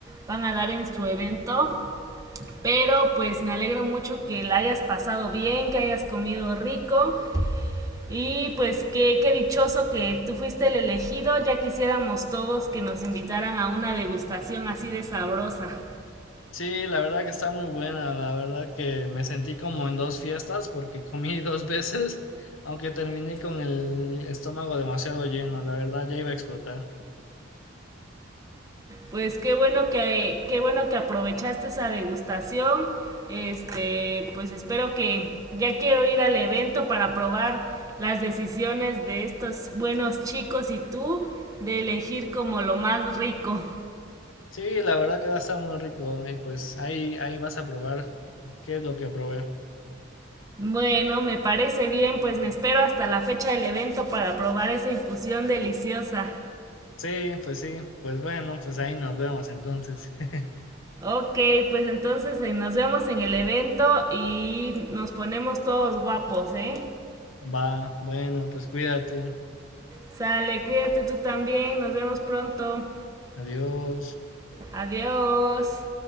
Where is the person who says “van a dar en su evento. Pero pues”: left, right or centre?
Right